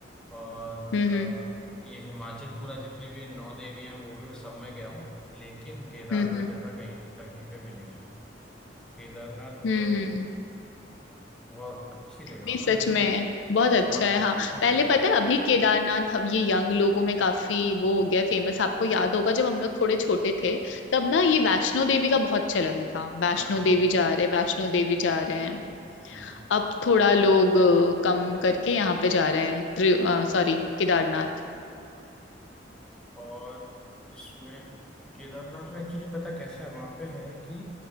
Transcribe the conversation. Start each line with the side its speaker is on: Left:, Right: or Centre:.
Centre: और
Left: हम्म
Centre: अ,
Left: हम्म
Centre: ये हिमाचल पूरा जितनी भी नौ देवियां हैं वो भी मैं सब में गया हूँ लेकिन केदारनाथ
Left: हम्म
Centre: जैसा कहीं कहीं पे भी नहीं है केदारनाथ मतलब
Left: हम्म हम्म।
Centre: बहुत अच्छी जगह है वहाँ
Left: नहीं
Centre: पे
Left: सच
Centre: मतलब
Left: में बहुत अच्छा
Centre: वहाँ
Left: है हाँ
Centre: हाँ
Left: पहले पता है अभी केदारनाथ अब ये यंग लोगों में काफी वो हो गया फेमस आपको याद होगा जब हम लोग थोड़े छोटे थे तब ना ये वैष्णो देवी का बहुत चलन था वैष्णो
Centre: हाँ हाँ हाँ,
Left: देवी
Centre: हाँ, हाँ।
Left: जा रहे वैष्णो देवी जा रहे हैं
Centre: हम्म
Left: अब थोड़ा लोग अ, कम करके यहाँ पे जा रहे हैं सॉरी केदारनाथ
Centre: और इसमें केदारनाथ में एक्चुअली पता कैसा है वहाँ पे है कि